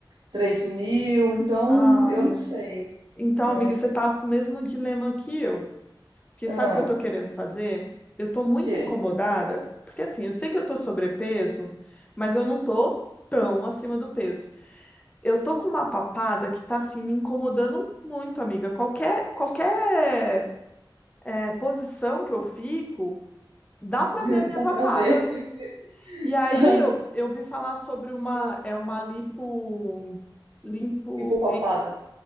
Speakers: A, on the right; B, on the left.
A: três mil, então
B: Ah,
A: eu
B: é.
A: não sei,
B: Então,
A: né?
B: amiga, você tá com o mesmo dilema que eu. Porque
A: Ah,
B: sabe o que eu tô querendo fazer? Eu tô muito
A: que?
B: incomodada, porque assim, eu sei que eu tô sobrepeso, mas eu não tô tão acima do peso. Eu tô com uma papada que tá assim me incomodando muito, amiga. Qualquer qualquer é, posição que eu fico, dá pra
A: <laughs>
B: ver a minha
A: Dá
B: papada.
A: pra ver. <laughs>
B: E aí eu, eu vi falar sobre uma é uma lipo limpo
A: Pipo papada.